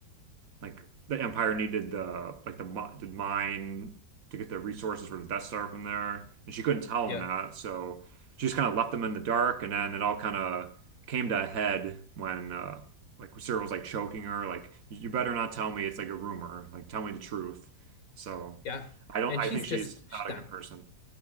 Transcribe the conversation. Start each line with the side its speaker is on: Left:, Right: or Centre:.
Right: like the Empire needed the like the mi- the mine to get the resources for the Death Star from there, and she couldn't tell
Left: yeah,
Right: him that, so she just kind of left them in the dark. And then it all kind of came to a head when uh, like Cyril's like choking her, like you better not tell me it's like a rumor, like tell me the truth. So
Left: yeah,
Right: I don't,
Left: and
Right: I
Left: she's
Right: think
Left: just
Right: she's
Left: she's
Right: not
Left: not.
Right: a good person.